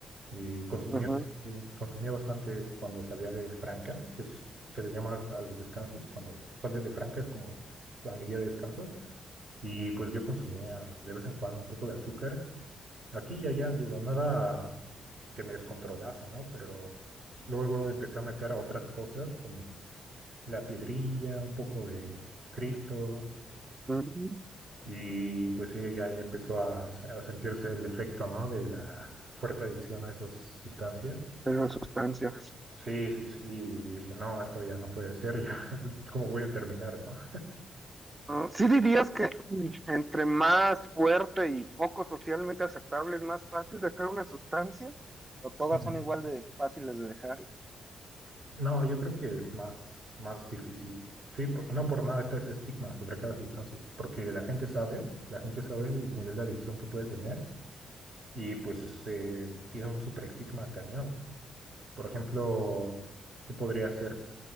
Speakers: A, on the right; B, on the right.
A: y consumía,
B: Ujú.
A: bastante- consumía bastante cuando salía de Franca, que es- se le llama a los descansos, cuando sales de Franca es como la medida de descanso Y pues yo consumía de vez en cuando un poco de azúcar. Aquí y allá, digo, nada que me descontrolase, ¿no? Pero luego empecé a meter otras cosas como la piedrilla, un poco de Cristo.
B: Mm,
A: Y pues sí, ya, ya empezó a, a sentirse el efecto, ¿no? De la fuerte adicción a esas sustancias.
B: Esas sustancias.
A: Sí, sí, sí. Dije, no, esto ya no puede ser, ya, <laughs> ¿cómo voy a terminar, no?
B: Ah, sí dirías que entre más fuerte y poco socialmente aceptable es más fácil dejar una sustancia. O todas
A: <laughs>
B: son igual de fáciles de dejar.
A: No, yo creo que es más, más difícil. Sí, por- no por nada está ese estigma sobre cada sustancia, porque la gente sabe, la gente sabe el nivel de adicción que puede tener y pues eh, tiene un super estigma cañón. Por ejemplo, ¿qué podría ser?